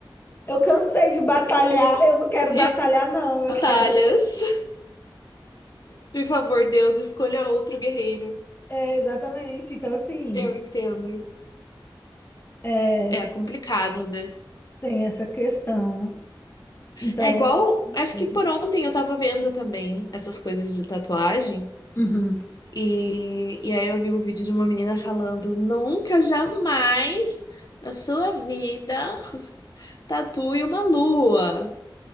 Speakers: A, on the left (about 30°); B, on the left (about 50°).
A: Eu cansei de batalhar. Eu não quero batalhar,
B: E
A: não. Eu
B: batalhas.
A: quero.
B: <laughs> Por favor, Deus, escolha outro guerreiro.
A: É, exatamente. Então, assim.
B: Eu entendo.
A: É,
B: É complicado, né?
A: tem essa questão. Então,
B: É igual. Acho
A: assim,
B: que por ontem eu tava vendo também essas coisas de tatuagem.
A: uhum.
B: E, e aí eu vi o vídeo de uma menina falando: nunca, jamais na sua vida tatue uma lua.